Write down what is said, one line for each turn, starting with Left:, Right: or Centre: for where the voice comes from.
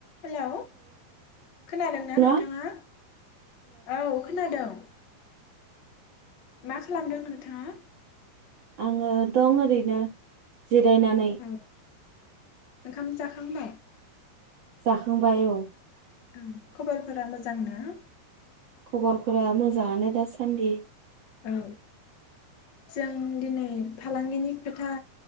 Left: Hello खोनादोंना नोंथाङा
Right: ना
Left: औ खोनादों। मा खालामदों नोंथाङा?
Right: आङो दं ओरैनो जिरायनानै
Left: औ ओंखाम जाखांबाय
Right: जाखांबाय औ
Left: औ खबरफोरा मोजां ना ‌?
Right: खबरफोरा मोजाङानो दासान्दि ‌
Left: औ जों दिनै फालांगिनि खोथा